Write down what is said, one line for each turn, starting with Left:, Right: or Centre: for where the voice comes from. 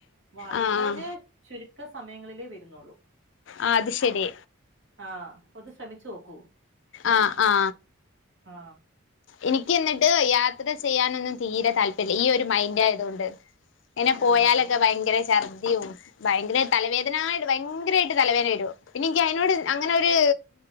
Right: വളരെ
Left: ആഹ്
Right: മിക്ക സമയങ്ങളിലേ വരുന്നുള്ളൂ
Left: ആ അത് ശരി
Right: ആ അപ്പൊന്നു ശ്രമിച്ചു നോക്കൂ
Left: ആ ആ
Right: ആ
Left: എനിക്ക് എന്നിട്ട് യാത്ര ചെയ്യാനൊന്നും തീരെ താല്പര്യല്ല ഈ ഒരു മൈൻഡ് ആയതോണ്ട് ഇനെ പോയാലൊക്കെ
Right: ആണോ
Left: ഭയങ്കര ചർ ദിയും ഭയങ്കര തലവേദനായിട്ട് ഭയങ്കരായിട്ട് തലവേദന വരും പിന്നെ എനിക്ക് അതിനോട് അങ്ങനെ ഒരു